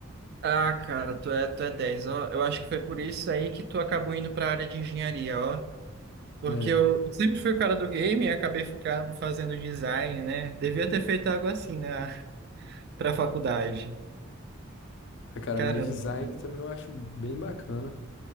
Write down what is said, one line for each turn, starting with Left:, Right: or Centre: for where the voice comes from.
Right: ah, cara, tu é, tu é 10, ó. Eu acho que foi por isso aí que tu acabou indo para a área de engenharia, ó. Porque
Left: É,
Right: eu sempre fui o cara do game e acabei ficando fazendo design, né? Devia ter feito algo assim, né, <laughs> pra faculdade.
Left: ah, cara,
Right: Caramba.
Left: mas design
Right: né?
Left: também eu acho bem bacana.